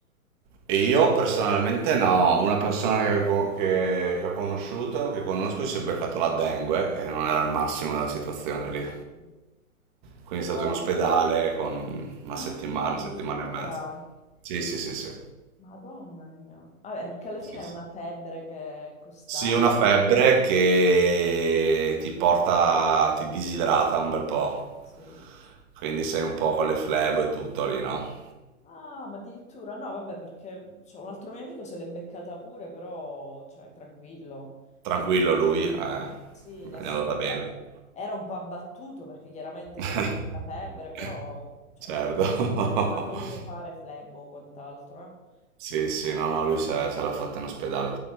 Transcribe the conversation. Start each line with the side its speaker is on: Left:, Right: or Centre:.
Right: E io personalmente no, una persona che, co- che- che ho conosciuto, che conosco, si è beccato la dengue e non era il massimo della situazione
Left: Ah,
Right: lì.
Left: sì.
Right: Quindi è stato
Left: Eh,
Right: in ospedale con una
Left: ah
Right: settimana,
Left: sì, addirittura.
Right: una settimana e mezza. Sì, sì, sì, sì.
Left: Madonna mia. Vabbè, perché alla fine
Right: Sì,
Left: è
Right: sì.
Left: una febbre che è costante.
Right: Sì, una febbre che ti porta, ti disidrata un bel po'.
Left: sì.
Right: Quindi sei un po' con le flebo e tutto lì, no?
Left: Ah, ma addirittura no, vabbè, perché cioè, un altro mio amico se l'è beccata pure, però cioè, tranquillo.
Right: Tranquillo lui, eh,
Left: Sì,
Right: mi
Left: nel
Right: è andata
Left: senso,
Right: bene.
Left: cioè, era un po' abbattuto perché chiaramente
Right: <laughs>
Left: sempre la febbre, però cioè,
Right: Certo.
Left: non, non ha
Right: <laughs>
Left: dovuto fare flebo o quant'altro. eh.
Right: Sì, sì, no, no, lui se, se l'ha fatta in ospedale.